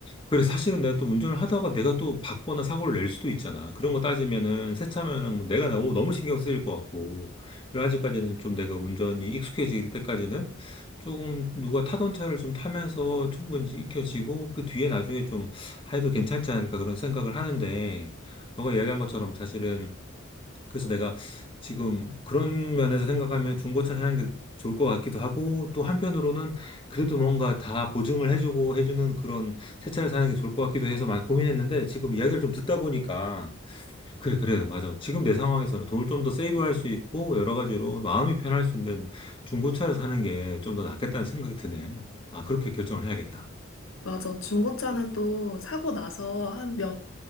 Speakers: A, on the left; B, on the left.
A: 그래, 사실은 내가 또 운전을 하다가 내가 또 받거나 사고를 낼 수도 있잖아. 그런 거 따지면은, 세차면은 뭐 내가 너무, 너무 신경 쓰일 것 같고. 그래서 아직까지는 좀 내가 운전이 익숙해질 때까지는 조금 누가 타던 차를 좀 타면서 충분히 익혀지고, 그 뒤에 나중에 좀 해도 괜찮지 않을까 그런 생각을 하는데, 너가 이야기한 것처럼 사실은 그래서 내가 지금 그런 면에서 생각하면 중고차 사는 게 좋을 것 같기도 하고 또 한편으로는 그래도 뭔가 다 보증을 해주고 해주는 그런 새 차를 사는 게 좋을 것 같기도 해서 많이 고민했는데 지금 이야기를 좀 듣다 보니까 그래 그래 맞아 지금 내 상황에서는 돈을 좀 더 세이브할 수 있고 여러 가지로 마음이 편할 수 있는 중고차를 사는 게 좀 더 낫겠다는 생각이 드네. 아 그렇게 결정을 해야겠다.
B: 맞아. 중고차는 또 사고 나서 한 몇,